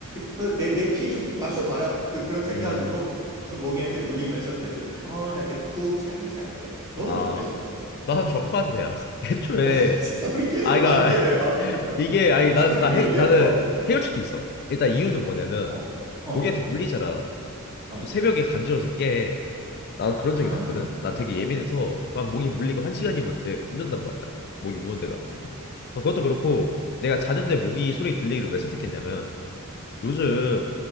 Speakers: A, on the right; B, on the left.
A: 뭐내내 피 좀 마셔봐라. 그 그런 생각으로
B: 음,
A: 우선 모기한테 물리면서 그래도 편하게 푹 자긴 잘게. 너는
B: 아,
A: 어떻게 생각해?
B: 나는 정반대야. <laughs> 애초에
A: 어 <laughs> 진짜 우리 계속
B: 아, 그러니까
A: 반대네.
B: <laughs>
A: 아 진짜.
B: 이게 아니
A: 어
B: 나나
A: 친구들이
B: 해,
A: 왜 이래?
B: 나는
A: 어
B: 해결책도 있어. 일단 이유는 뭐냐면
A: 어. 어.
B: 모기한테 물리잖아. 그럼
A: 어.
B: 또 새벽에 간지러워서 깨. 나도 그런
A: 아,
B: 적이 많거든.
A: 그렇구나.
B: 나 되게 예민해서 막 모기 물리고 한 시간이면 되게 붓는단 말이야. 모기 무는 데가. 어, 그것도 그렇고 내가 자는데 모기 소리 들리기를 왜 선택했냐면 요즘